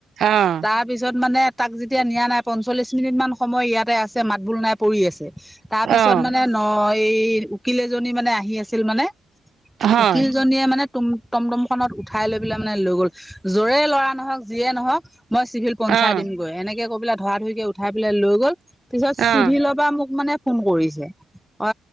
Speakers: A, on the right; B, in the centre.
A: অ'
B: তাৰপিছত মানে তাক যেতিয়া নিয়া নাই পঞ্চল্লিছ মিনিটমান সময় ইয়াতে আছে মাত বোল নাই পৰি আছে। তাৰপিছত
A: অ'
B: মানে ন এই উকিল এজনী মানে আহি আছিল মানে,
A: হয়
B: উকিলজনীয়ে মানে তুম টমটম খনত উঠাই লৈ পেলাই মানে লৈ গ'ল। যৰে লৰা নহওক যিয়ে নহক মই চিভিল পঞ্চায়
A: অ'
B: দিমগৈ এনেকে কবলৈ ধৰা ধৰিকে উঠাই পেলাই লৈ গ'ল পিছত
A: অ'
B: চিভিলৰ পৰা মোক মানে ফোন কৰিছে। অ